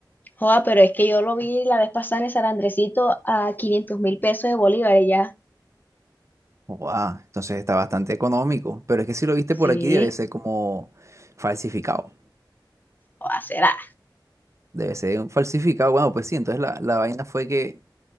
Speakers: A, on the left; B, on the right.
A: joda, pero es que yo lo vi la vez pasada en el San Andresito a quinientos mil pesos de bolívares ya.
B: Guau, entonces está bastante económico. Pero es que si lo viste
A: Sí,
B: por aquí debe ser como falsificado.
A: joda, será.
B: Debe ser un falsificado. Bueno, pues sí, entonces la, la vaina fue que